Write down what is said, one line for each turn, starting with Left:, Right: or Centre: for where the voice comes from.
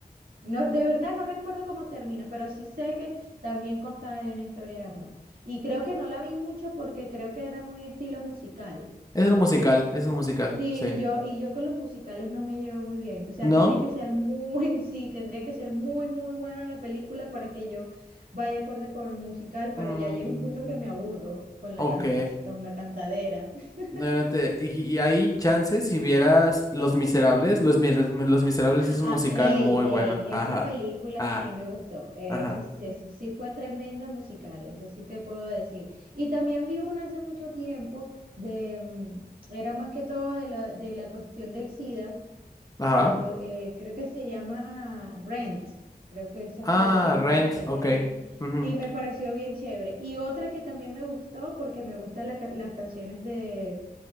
Right: No, de verdad no recuerdo cómo termina, pero sí sé que también constaba de una historia de amor. Y creo que no la vi mucho porque creo que era muy estilo musical.
Left: Es un musical, es un musical,
Right: Sí,
Left: sí.
Right: y yo, y yo con los musicales no me llevo muy bien. O sea,
Left: ¿No?
Right: tiene que ser muy, <laughs> sí, tendría que ser muy, muy buena la película para que yo vaya acorde con el musical, pero
Left: Mm,
Right: ya llega un punto que me aburro con
Left: ok.
Right: la cantas, con la cantadera. <laughs>
Left: No, no te- y, y hay chances si vieras Los Miserables. Los, Mira- Los Miserables
Right: Ah,
Left: es un musical
Right: ey,
Left: muy
Right: ey,
Left: bueno. Ajá.
Right: esa película
Left: Ah,
Right: sí me gustó. Eso,
Left: ajá.
Right: sí- eso sí fue tremendo musical, eso sí te puedo decir. Y también vi una hace mucho tiempo de, mm, era más que todo de la, de la cuestión del SIDA
Left: Ajá.
Right: Cuando, eh, creo que se llama Rent, creo que esa
Left: Ah,
Right: fue la que, un
Left: Rent.
Right: musical
Left: Ok.
Right: que vi
Left: Ujú,
Right: y me pareció bien chévere. Y otra que también me gustó porque me gustan la ca- las canciones de,